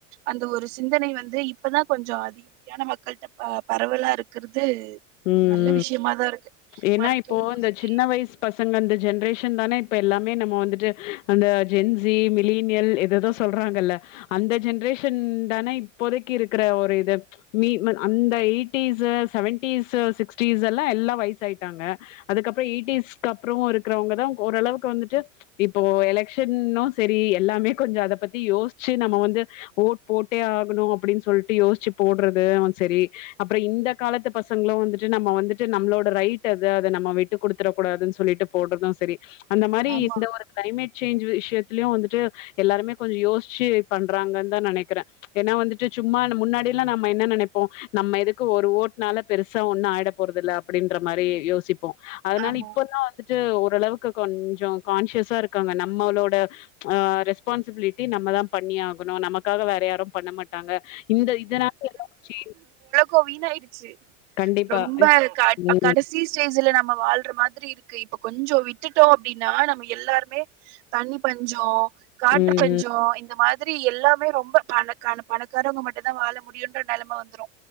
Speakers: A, on the right; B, on the left.
A: அந்த ஒரு சிந்தனை வந்து இப்பதான் கொஞ்சம் அதி சரியான மக்கள்கிட்ட பரவலா இருக்கிறது
B: ம்
A: நல்ல
B: ம்
A: விஷயமாதான் இருக்கு
B: ஏன்னா
A: மருத்துவமு
B: இப்போ இந்த
A: சரி
B: சின்ன வயசு பசங்க அந்த ஜென்ரேஷன் தானே இப்ப எல்லாமே நம்ம வந்துட்டு அந்த ஜென்சி மிலீனியல் எதேதோ சொல்றாங்கல்ல அந்த ஜென்ரேஷன் தானே இப்போதைக்கு இருக்கிற ஒரு இது அந்த எயிட்டிஸு செவன்டீஸு சிக்ட்டிஸு எல்லாம் எல்லா வயசு சாய்ட்டாங்க அதுக்கப்பறம் எய்டீஸ்கு அப்பறம் இருக்கறவங்க தான் ஓரளவுக்கு வந்துட்டு இப்போ எலெக்ஷன்னும் சரி எல்லாமே கொஞ்சம் அத பத்தி யோசிச்சு நம்ம வந்து ஓட் போட்டே ஆகணும் அப்டின்னு சொல்ட்டு யோசிச்சு போடுறது செரி அப்பறம் இந்த காலத்து பசங்களும் வந்துட்டு நம்ம வந்துட்டு நம்மளோட ரைட் ட்டு அது அத நம்ம விட்டு குடுத்துற கூடாதுன்னு சொல்லிட்டு போடுறதும் சரி அந்த மாரி
A: ஆமா
B: இந்த ஒரு கிளைமேட் சேஞ்ச் விஷயத்திலயும் வந்துட்டு எல்லாருமே கொஞ்சம் யோசிச்சு பண்றாங்கன்னு தான் நினைக்கிறேன் ஏன்னா வந்துட்டு சும்மா முன்னாடி எல்லாம் நம்ம என்ன நினைப்போம் நம்ம எதுக்கு ஒரு ஓட்னால பெருசா ஒன்னு ஆய்ட போறதல்ல அப்டின்ற மாரி யோசிப்போம் அதனால
A: ஆமா
B: இப்பதா வந்துட்டு ஓரளவுக்கு கொஞ்சம் கான்சியஸா இருக்காங்க நம்மளோட அ ரெஸ்பான்சிபிலிட்டி நம்மதா பண்ணியஆகுணு நமக்காக வேறயாரு பண்ண மாட் டாங்க இந்த இதுனால <inaudible> ச்சி
A: கோவினாய்டுச்சு
B: கண்டிப்பா.
A: ரொம்ப க
B: ம்,
A: கடசி ச்சிஸ்ல்ல நம்ம வாழ்ற மாதிரி இருக்கு இப்ப கொஞ்சொ விட்டுட்டோ அப்டின்னா நம்ம எல்லாருமே தண்ணி பஞ்சொ காற்று
B: ம்,
A: பஞ்சொ
B: ம்.
A: இந்த மாதிரி எல்லாமே ரொம்ப பணக்கான பணக்காரவங்க மட் எதா வாழ முடியுன்ற நெலம வந்துரூ